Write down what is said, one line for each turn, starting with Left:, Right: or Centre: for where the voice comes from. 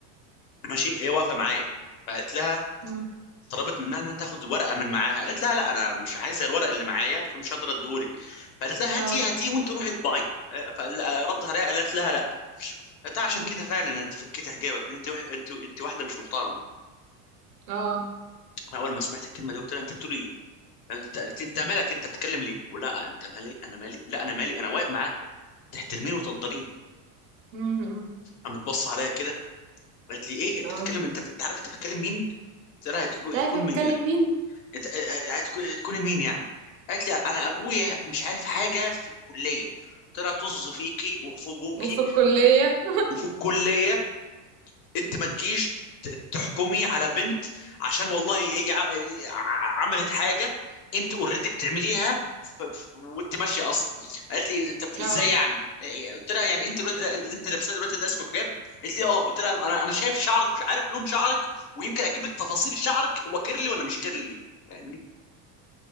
Left: ماشي هي واقفه معايا فقالت لها
Right: إمم،
Left: طلبت منها ان تاخد ورقه من معاها قالت لها لا انا مش عايزه الورق اللي معايا فمش هقدر اديهولك فقالت لها
Right: آه،
Left: هاتيه هاتيه وانت روحي اطبعي فردت عليها قالت لها لا ده عشان
Right: إمم،
Left: كده فعلا انت فكيت حجابك عشان انت وح... انت انت واحده مش محترمه
Right: آه،
Left: انا اول ما سمعت الكلمه دي قلت لها انت بتقول ايه انت قالت لي انت مالك انت بتتكلم ليه ولا انت مالي انا مالي لا انا مالي انا واقف معاه تحترميني وتقدريني
Right: إمم، إمم،
Left: قامت بص عليا كده قالت لي ايه انت
Right: آه.
Left: بتتكلم انت بت... انت عارف انت بتتكلم مين قلت لها هيكون
Right: عارف
Left: هيكون
Right: بتكلم
Left: مين
Right: مين
Left: إت- آه، هتك- تكوني مين يعني قالت لي انا ابويا مش عارف حاجه في الكليه طلع طز فيكي وفي ابوكي
Right: وفي الكلية
Left: وفي الكليه انت ما تجيش ت- تحكمي على بنت عشان والله هي ع- ع- عملت حاجه انت اوريدي بتعمليها ف- ف- وانت ماشيه اصلا قالت لي انت بت...
Right: اه
Left: ازاي يعني إيه، قلت لها يعني انت الوقت ده اللي انت لابساه دلوقتي ده اسمه حجاب قالت لي اه قلت لها انا انا شايف شعرك مش عارف لون شعرك ويمكن اجيب لك تفاصيل شعرك هو كيرلي ولا مش كيرلي فاهمني؟